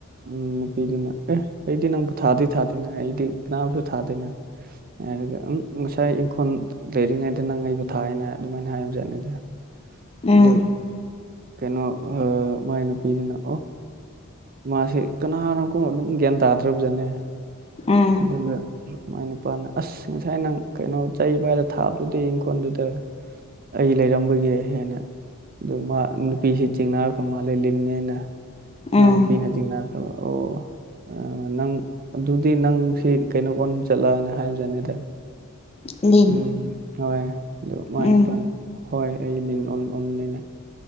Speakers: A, on the right (about 45°); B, on the left (about 30°).
A: ꯎꯝ ꯅꯨꯄꯤꯗꯨꯅ ꯑꯦ ꯑꯩꯗꯤ ꯅꯪꯕꯨ ꯊꯥꯗꯤ ꯊꯥꯗꯦꯅꯦ ꯑꯩꯗꯤ ꯀꯅꯥꯝꯁꯨ ꯊꯥꯗꯦꯅ ꯉꯥꯏꯔꯒ ꯎꯝ ꯉꯁꯥꯏ ꯏꯪꯈꯣꯜ ꯂꯩꯔꯤꯉꯩꯗ ꯅꯪ ꯑꯩꯕꯨ ꯊꯥꯏꯅ ꯑꯗꯨꯃꯥꯏꯅ ꯍꯥꯏꯕꯖꯥꯠꯅꯤꯗ
B: ꯎꯝ
A: ꯑꯗꯨ ꯀꯩꯅꯣ ꯑꯥ ꯃꯥꯏ ꯅꯨꯄꯤꯗꯨꯅ ꯑꯣ ꯃꯥꯁꯤ ꯀꯅꯥꯅꯣꯀꯣ ꯑꯗꯨꯝ ꯒ꯭ꯌꯥꯟ ꯇꯥꯗ꯭ꯔꯕꯖꯅꯤ
B: ꯎꯝ
A: ꯑꯗꯨꯒ ꯃꯥꯏ ꯅꯨꯄꯥꯅ ꯑꯁ ꯉꯁꯥꯏ ꯅꯪ ꯀꯩꯅꯣ ꯆꯩ ꯄꯥꯏꯔ ꯊꯥꯕꯗꯨꯗꯤ ꯏꯪꯈꯣꯜꯗꯨꯗ ꯑꯩ ꯂꯩꯔꯝꯕꯒꯤ ꯍꯦꯟꯅ ꯑꯗꯨ ꯃꯥ ꯅꯨꯄꯤꯁꯤ ꯆꯤꯡꯅꯈ꯭ꯔ ꯃꯥꯜꯂꯦ ꯂꯤꯟꯅꯦꯅ
B: ꯎꯝ
A: ꯃꯥꯏ ꯅꯨꯄꯤꯅ ꯆꯤꯡꯅꯈ꯭ꯔꯕ ꯑꯣ ꯑ ꯅꯪ ꯑꯗꯨꯗꯤ ꯅꯪ ꯁꯤ ꯀꯩꯅꯣ ꯑꯣꯟ ꯆꯠꯂꯅ ꯍꯥꯏꯕꯖꯥꯠꯅꯤꯗ
B: ꯂꯤꯟ
A: ꯎꯝ ꯍꯣꯏ ꯑꯗꯨ ꯃꯥꯏ
B: ꯎꯝ
A: ꯅꯨꯄꯥꯅ ꯍꯣꯏ ꯑꯩ ꯂꯤꯟ ꯑꯣꯟ ꯑꯣꯟꯅꯤꯅ